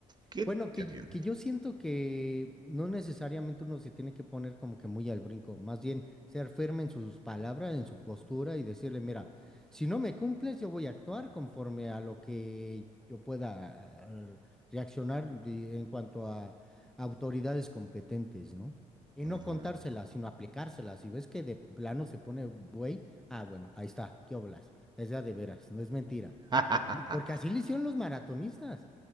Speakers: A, on the right; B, in the centre.
A: Qué
B: Bueno, que,
A: terrible.
B: que yo siento que no necesariamente uno se tiene que poner como que muy al brinco, más bien ser firme en sus palabras, en su postura y decirle, mira, si no me cumples, yo voy a actuar conforme a lo que yo pueda eh, reaccionar de- en cuanto a autoridades competentes, ¿no? Y
A: Ujú.
B: no contárselas, sino aplicárselas. Si ves que de plano se pone güey, ah, bueno, ahí está, ¿qué oblas? Es ya de veras, no es mentira.
A: <laughs>
B: Y porque así le hicieron los maratonistas.